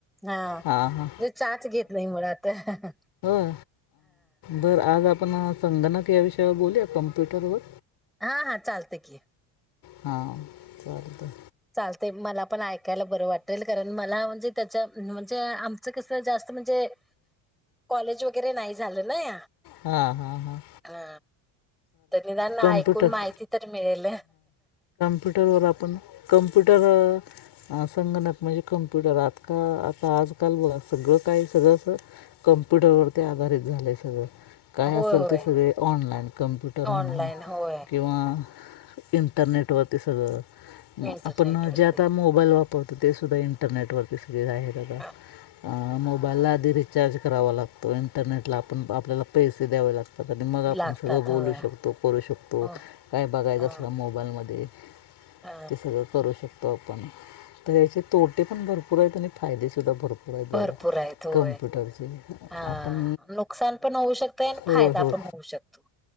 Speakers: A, in the centre; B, on the left (about 55°).
A: हा
B: हां हां
A: मी चहाच घेत नाही मुळात ह ह
B: अ बरं आज आपण संगणक या विषयवर बोलूया कम्प्युटरवर
A: हा हा चालतय की
B: हा चालतय
A: चालतय मला पण ऐकायला बरं वाटेल कारण मला म्हणजे त्याच्या म्हणजे आम च कसं जास्त म्हणजे कॉलेज वगैरे नाही झालं नाही
B: हा हा हा
A: हा तर निदान ऐकून
B: कम्प्युटर
A: माहिती तर मिळेल
B: कमप्युटरवर आपण कम्प्युटरवर संगणक म्हणजे कम्प्युटर आज का आता आजकाल बघा सगळं काही सगळं असं कम्प्युटरवरती आधारित झालंय सगळं काय
A: होय
B: असेल
A: होय
B: ते सगळे ऑनलाइन कम्प्युटर म्हणा
A: ऑनलाईन होय
B: किंवा इंटरनेटवरती सगळं म
A: इंटरनेट
B: आपण
A: वरती
B: जे आता मोबाईल वापरतो ते सुद्धा इंटरनेट व सगळं आहे बघा
A: अ
B: त्यामुळं मोबाईलला आधी रि चार्ज करावा लागतो इंटरनेटला आपण आपल्याला पैसे द्यावे लागतात आणि मग आपण
A: लागतात
B: सगळं बोलू
A: होय
B: शकतो करू शकतो
A: हो
B: काय बघायचं
A: अ
B: असलं मोबाईलमध्ये
A: अ
B: ते सगळं करू शकतो आपण तर याचे तोटे पण भरपूर आहेत आणि फायदे सुद्धा भरपूर आहेत बघा
A: भरपूर आहेत होय
B: कम्प्युटरचे
A: हा
B: आपण
A: नुकसान पण होऊ शकतय आणि
B: हो
A: फायदा
B: हो.
A: पण होऊ शकतो